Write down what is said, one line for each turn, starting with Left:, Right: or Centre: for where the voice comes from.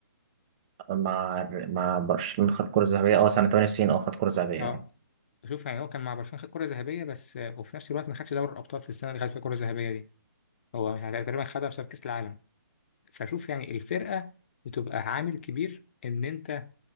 Right: مع مع برشلونه خد كره ذهبيه اه سنه 98 اه خد كره ذهبيه
Left: اه
Right: اه
Left: شوف يعني هو كان مع برشلونة خد كرة ذهبية بس وفي نفس الوقت ما خدش دوري الأبطال في السنة اللي خد فيها كرة ذهبية دي هو تقريبا خدها بسبب كأس العالم فشوف يعني الفرقة بتبقى عامل كبير إن أنت